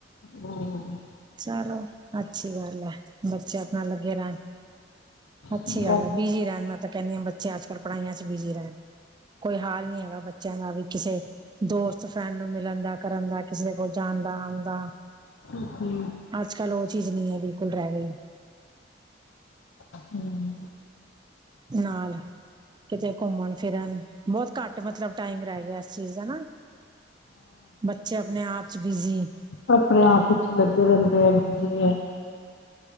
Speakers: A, on the left; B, on the right.
A: ਹਾਂ,
B: ਚਲੋ ਅੱਛੀ ਗੱਲ ਐ ਬੱਚੇ ਆਪਣਾ ਲੱਗੇ ਰਹਿਣ ਅੱਛੀ
A: ਜੀ
B: ਗੱਲ ਐ ਬਿਜੀ ਰਹਿਣ ਮੈਂ ਤਾਂ ਕਹਿੰਦੀ ਹਾਂ ਬੱਚੇ ਅੱਜ ਕੱਲ ਪੜ੍ਹਾਈਆਂ ਚ ਬਿਜੀ ਰਹਿਣ। ਕੋਈ ਹਾਲ ਨੀ ਹੈਗਾ ਬੱਚਿਆਂ ਦਾ ਵੀ ਕਿਸੇ ਦੋਸਤ ਫਰੈਂਡ ਨੂੰ ਮਿਲਣ ਦਾ। ਕਰਨ ਦਾ ਕਿਸੇ ਕੋਲ ਜਾਂਣ ਦਾ ਆਣ ਦਾ।
A: ਹੂੰ,
B: ਅੱਜ ਕੱਲ ਉਹ ਚੀਜ਼ ਨਹੀਂ ਐ ਬਿਲਕੁਲ ਰਹਿ ਗਈ।
A: ਹੂੰ,
B: ਨਾਲ ਕਿਤੇ ਘੁੰਮਣ ਫਿਰਨ ਬਹੁਤ ਘੱਟ ਮਤਲਬ ਟਾਈਮ ਰਹਿ ਗਿਆ ਇਸ ਚੀਜ਼ ਦਾ ਨਾ ਬੱਚੇ ਆਪਣੇ ਆਪ ਚ ਬਿਜੀ
A: ਆਪਣਾ ਆਪ ਵਿਚ ਲੱਗੇ ਰਹਿੰਦੇ ਐ ਬੀਜੀ ਐ,